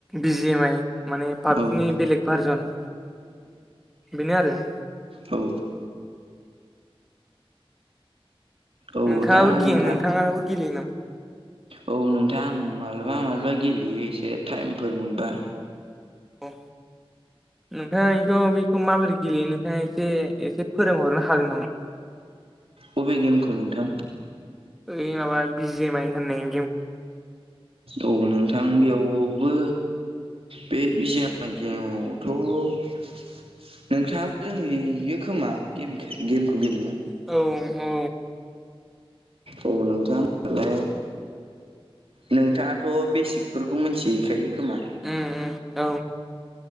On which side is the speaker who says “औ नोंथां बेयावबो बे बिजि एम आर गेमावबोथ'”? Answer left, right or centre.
Right